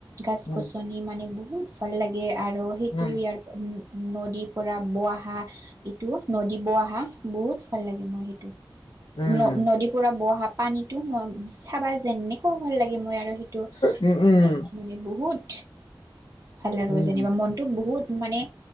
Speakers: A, on the right (about 45°); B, on the left (about 80°).
A: গাছ-গছনি
B: উম
A: মানে বহুত ভাল লাগে আৰু সেইটো
B: উম,
A: ইয়াৰ উম-উম নদীৰ পৰা বোৱা হাক এইটো নদী বৈ অহা, বহুত ভাল লাগে মই সেইটো।
B: উম,
A: ন-নদী পুৰা বৈ অহা পানীতো মই চাবা যেনেকা ভাল লাগে মই আৰু সেই টো
B: উম, উম,
A: অ মানে বহুত ভাল আৰু
B: উম,
A: যেনিবা মনটো বহুত মানে